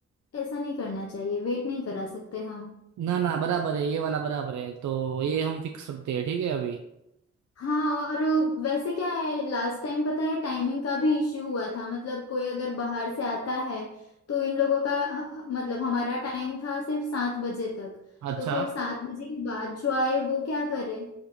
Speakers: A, on the left; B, on the right.
A: ऐसा नहीं करना चाहिए वेट नहीं करा सकते हम
B: ना ना बराबर है ये वाला बराबर है तो ये हम फिक्स रखते हैं ठीक है अभी
A: हाँ और वैसे क्या है लास्ट टाइम पता है टाइमिंग का भी इश्यू हुआ था मतलब कोई अगर बाहर से आता है तो इन लोगों का ह- मतलब हमारा टाइम था सिर्फ सात बजे तक
B: अच्छा
A: तो फिर सात बजे के बाद जो आए वो क्या करे